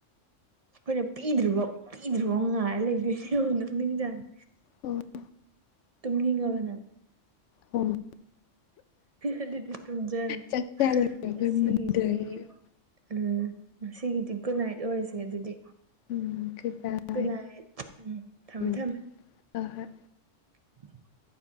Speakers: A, on the right; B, on the left.
A: ꯑꯩꯈꯣꯏꯅ ꯄꯤꯗ꯭ꯔꯤꯕꯧ ꯄꯤꯗ꯭ꯔꯤꯕꯧ ꯉꯥꯏꯔ ꯂꯩꯗꯣꯏꯅꯤ ꯅꫭꯛꯅꯤꯡ ꯖꯥꯠꯅꯤ
B: ꯎꯝ
A: ꯇꯨꯝꯅꯤꯡꯉꯕꯅꯪ
B: ꯎꯝ
A: ꯑꯗꯨꯗꯤ ꯇꯨꯝꯖꯔꫭ
B: ꯆꯥꯛ ꯆꯥ ꯂꯣꯏꯔꯒ
A: ꯉꯁꯤꯒꯤꯗꯤ
B: ꯃꯨꯟꯗꯔꯦ
A: ꯎꯝ ꯁꯤꯒꯤꯗꯤ ꯒꯨꯠ ꯅꯥꯏꯠ ꯑꯣꯏꯔꯁꯦ ꯑꯗꯨꯗꯤ
B: ꯎꯝ ꯒꯨꯠ ꯅꯥꯏꯠ
A: ꯒꯨꯠ ꯅꯥꯏꯠ ꯎꯝ ꯊꯝꯃꯦ
B: ꯎꯝ
A: ꯊꯝꯃꯦ
B: ꯍꯣꯏ ꯍꯣꯏ
A: <inaudible>